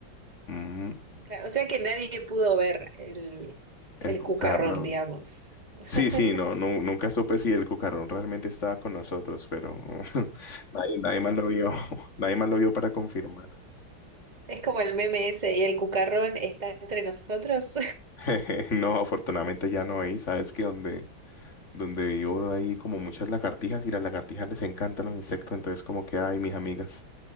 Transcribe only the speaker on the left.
Ujú.
El
cucarrón.
Sí, sí, no, nu- nunca supe si el cucarrón realmente estaba con nosotros, pero <laughs> nadie, nadie más lo vio, <laughs> nadie más lo vio para confirmar.
<laughs> No, afortunadamente ya no hay, sabes que donde, donde vivo hay como muchas lagartijas y las lagartijas les encantan los insectos, entonces como que, ay, mis amigas.